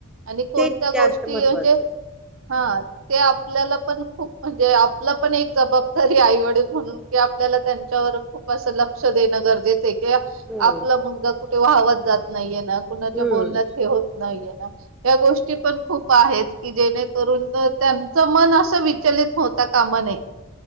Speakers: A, on the right (about 80°); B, in the centre.
A: आणि कोणत्या
B: तेच जास्त
A: गोष्टी
B: महत्त्वाचं
A: हे जे.
B: आहे
A: हा ते आपल्याला, पण खूप म्हणजे, आपलं पण एक जबाब तरी आई वडील म्हणून कि आपल्याला त्यांच्यावर खूप असं लक्ष देणं गरजेचं कि
B: हो
A: आपला मुलगा कुठे वाहत, जात नाहीये ना कुणाच्या,
B: हम्म
A: बोलण्यात हे होत नाहीये ना. या गोष्टी पण खूप आहेत की जेणेकरून त्यांचं मन असं विचलित, होता कामा नाही.